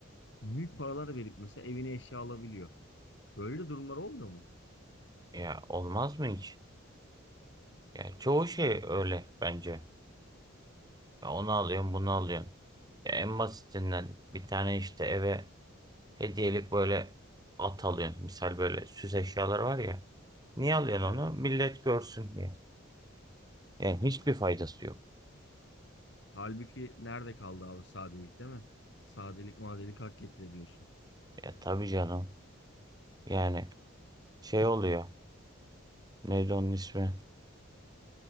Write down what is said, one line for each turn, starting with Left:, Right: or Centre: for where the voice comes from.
Left: büyük paralar verip mesela evine eşya alabiliyor. Böyle durumlar olmuyor mu?
Right: Ya olmaz mı hiç? Ya çoğu şey öyle bence. Ya onu alıyorsun, bunu alıyorsun. Ya en basitinden bir tane işte eve Hediyelik böyle at alıyorsun. Misal böyle süs eşyaları var ya. Niye alıyorsun
Left: Evet.
Right: onu? Millet görsün diye. Yani hiçbir faydası yok.
Left: Halbuki nerede kaldı abi sadelik değil mi? Sadelik madelik hak getire diyorsun.
Right: Ya tabii canım. Yani şey oluyor. Neydi onun ismi?